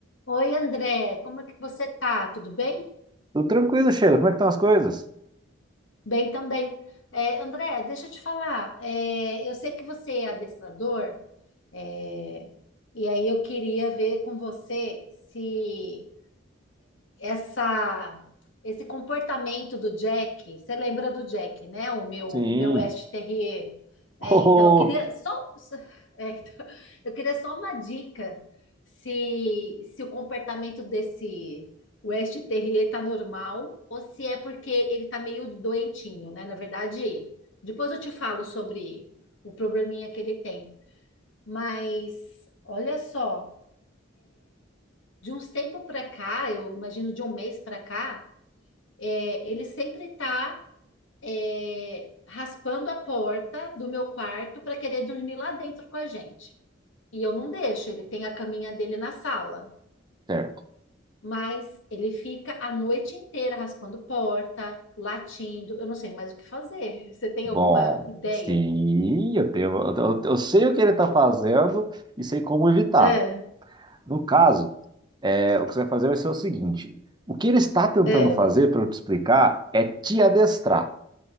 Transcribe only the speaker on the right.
Tudo tranquilo, Sheila. Como é que estão as coisas?
Sim.
<laughs>
Oh,
oh.
certo.
Bom,
sim, eu tenho, eu, eu eu sei o que ele está fazendo e sei como evitar.
No caso, é, o que você vai fazer vai ser o seguinte: o que ele está tentando
fazer, para eu te explicar, é te adestrar.